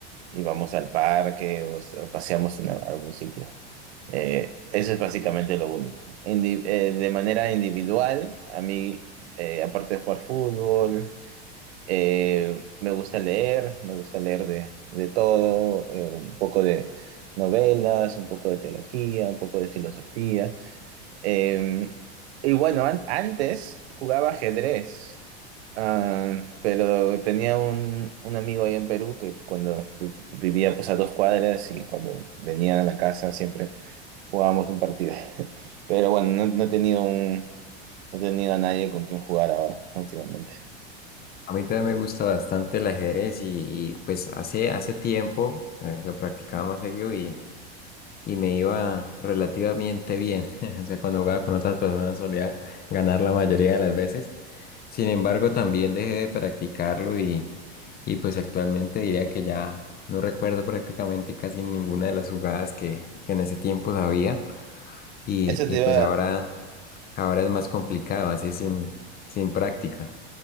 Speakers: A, on the right; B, on the left.
A: y vamos al parque o, s- o paseamos en a- algún sitio. Eh, eso es básicamente lo único. Indi- eh, de manera individual, a mí, eh, aparte de jugar fútbol, eh, me gusta leer, me gusta leer de, de todo, eh, un poco de novelas, un poco de teología, un poco de filosofía. Eh, y bueno, an- antes jugaba ajedrez, ah, pero tenía un, un amigo ahí en Perú que cuando vi- vivía pues a dos cuadras y cuando venían a la casa siempre jugábamos un partido. Pero bueno, no, no he tenido un, no he tenido a nadie con quien jugar ahora últimamente.
B: A mí también me gusta bastante el ajedrez y, y, pues hace, hace tiempo eh, lo practicaba más seguido y, y me iba relativamente bien. <laughs> O sea, cuando jugaba con otras personas solía ganar la mayoría de las veces. Sin embargo, también dejé de practicarlo y, y pues actualmente diría que ya no recuerdo prácticamente casi ninguna de las jugadas que, que en ese tiempo sabía y,
A: Eso
B: y
A: te iba,
B: pues ahora, ahora es más complicado, así sin, sin práctica.